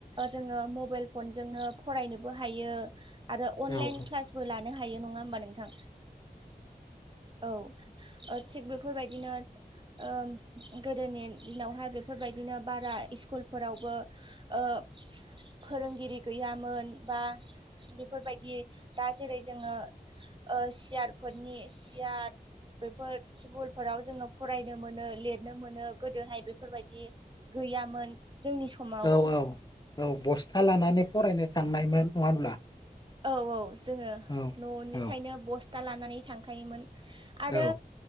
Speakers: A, on the right; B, on the left.
A: जोङो मबाइल फनजोंनो फरायनोबो हायो बियो आरो अनलाइन
B: औ
A: क्लासबो लानो हायो नङा होमबा नोंथां औ ओ थिग बेफोरबायदिनो ओ गोदोनि दिनावहाय बे बेफोरबायदिनो बारा इस्कुलफोरावबो ओ फोरोंगिरि गैयामोन बा बेफोरबायदि दा जेरै जोङो ओ सियारफोरनि सियार दा बेफोर टिबुल फोराव जोङो फरायनो मोनो लिरनो मोनो गोदो हाय बेफोरबायदि गैयामोन जोंनि समाव
B: औ औ औ बस्था लानानै फरायनो थांनायमोन नङा होनब्ला
A: औ औ जोङो
B: औ
A: न'निफ्रायनो
B: औ
A: बस्था लानानै थांखायोमोन आरो
B: औ